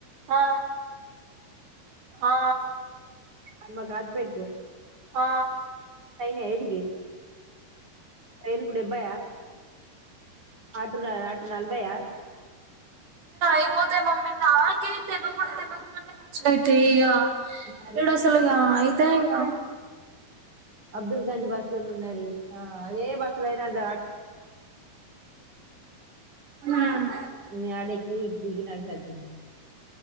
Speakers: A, on the right; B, on the right.
A: ఆ ఆ ఆ
B: అమ్మా గాజు పేట్ కు పో
A: ఆ
B: నేడికి రైలుకు డెబ్బైయా ఆటు ర్ అ అటు నలభైయ్యా
A: ఐపోతే మమ్మీ నాకే తెల్వకుండ్ తెలవకుండా నే ఖర్చ్ ఐప్ తే ఇగా
B: మరి
A: ఈడ అసల్గా ఐ తె ఇగా
B: అబ్దుల్ గంధీ బస్సునున్నది ఆ అదే బస్సుల అయినా అట్లా ఆ
A: ఉమ్
B: మ్ యాడికి దిగి నడ్చోచ్చినం.